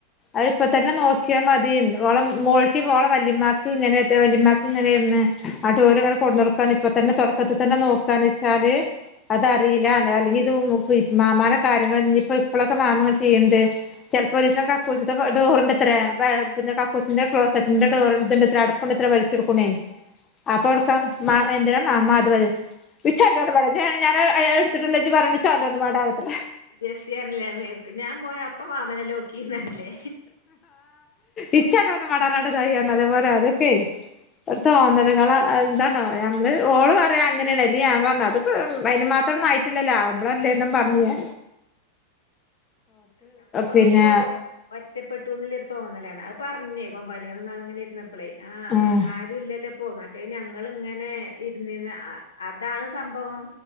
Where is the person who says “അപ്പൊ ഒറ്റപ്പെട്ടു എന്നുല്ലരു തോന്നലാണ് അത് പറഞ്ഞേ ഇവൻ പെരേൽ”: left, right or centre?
Left